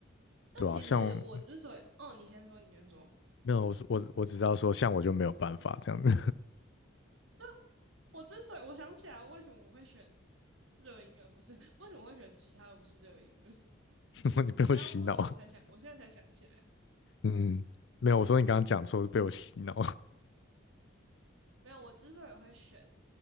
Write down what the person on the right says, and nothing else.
但其实我之所以，
哦，你先说，你先说。
<laughs> 我之所以我想起来，为什么我会选热音而不是 <laughs> 为什么会选吉他而不是热音了？<laughs>
你刚刚问了我才想，我现在才想起来，
没有，我之所以会选